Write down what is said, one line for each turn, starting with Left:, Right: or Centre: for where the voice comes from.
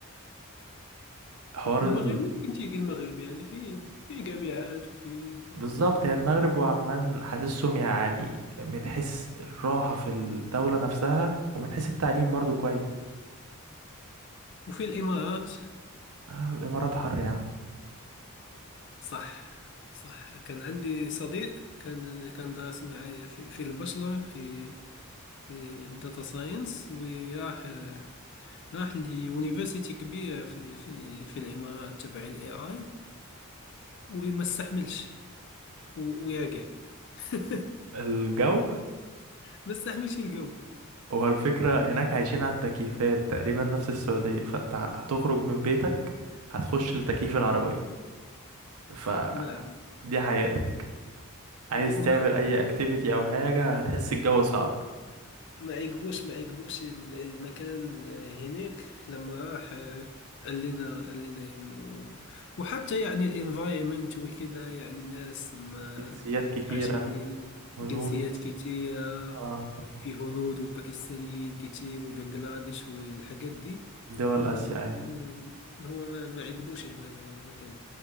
Right: فحوار
Left: المغرب
Right: ال...
Left: ممكن تيجي المغرب يعني في في جامعات وفي يعني
Right: بالظبط هي المغرب وعمان حاسسهم يعني من حيث الراحة في الدولة نفسها ومن حيث التعليم برضو كويس
Left: وفي الإمارات
Right: آه، الامارات حر يا عم
Left: صح صح كان عندي صديق كان كان دارس معايا في في البشرة في في الداتا ساينس وراح راح ليونيفرسيتي كبيرة في في في الإمارات تبع الاي اي وما استحملش و- ويرجع <laughs>
Right: الجو
Left: ما استحملش يلقاو
Right: هو الفكرة هناك عايشين على التكييفات تقريبا نفس السعودية فانت ه- هتخرج من بيتك هتخش التكييف العربية فدي
Left: نعم
Right: حياتك عايز
Left: وهو
Right: تعمل
Left: ما
Right: اي اكتيفيتي او حاجة هتحس الجو صعب
Left: ما عجبوش ما عجبوش ال- المكان هناك لما راح قال لنا قال لنا انه وحتى يعني الانفايرمنت وكده يعني ناس هم
Right: جنسيات كتيرة
Left: عجبين
Right: هنود
Left: جنسيات كتيرة
Right: اه
Left: في هنود وباكستانيين كتير وبنجلاديش والحاجات دي
Right: دول اسيا
Left: هو يكون-
Right: ايوه
Left: هو ما, ما عجبوش الم- المكان